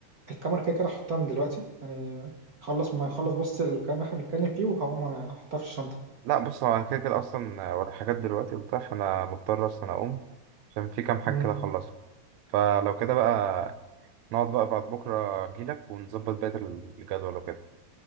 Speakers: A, on the right (about 40°); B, on the right (about 75°).
A: الكاميرا كده كده حطها من دلوقتي يعني خلص ما نخلص بس الكلام اللي احنا بنتكلم فيه وهقوم احطها في الشنطه
B: لا بص هو أنا كده كده أصلا ورايا حاجات دلوقتي وبتاع فأنا مضطر أصلا أقوم عشان في كام حاجة
A: مم.
B: كده أخلصها فلو كده بقى نقعد بقى بعد بكرة أجيلك ونظبط بقية الجدول وكده